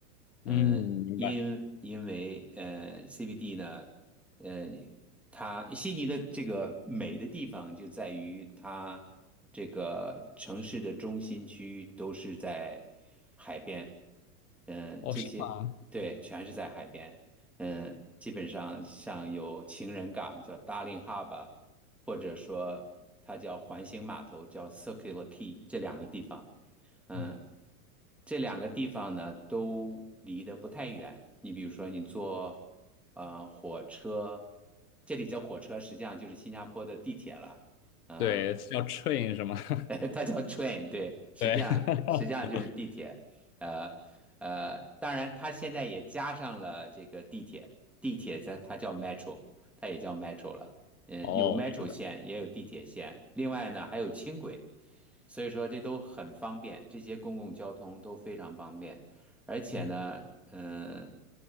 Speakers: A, in the centre; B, on the left (about 80°).
A: 嗯，
B: 嗯，明白。
A: 因因为呃，CBD 呢，呃，它悉尼的这个美的地方就在于它这个城市的中心区都是在海边，嗯，
B: 哦，
A: 这些对，
B: 是吗？
A: 全是在海边，嗯，基本上像有情人港叫 Darling h a r b o r 或者说它叫环形码头叫 Circular Quay 这两个地方。嗯，
B: 嗯，
A: 这两个地方呢都离得不太远。你比如说，你坐呃火车，这里叫火车，实际上就是新加坡的地铁了。呃，
B: 对，叫 train 是吗？<laughs>
A: <laughs> 它叫 train，对，实际上实际上就是地铁。
B: 对。<laughs>
A: 呃呃，当然它现在也加上了这个地铁，地铁它它叫 metro，它也叫 metro 了。嗯，
B: 哦，
A: 有 metro
B: 是的。
A: 线，也有地铁线，另外呢还有轻轨。所以说这都很方便，这些公共交通都非常方便，而且呢，
B: 嗯
A: 嗯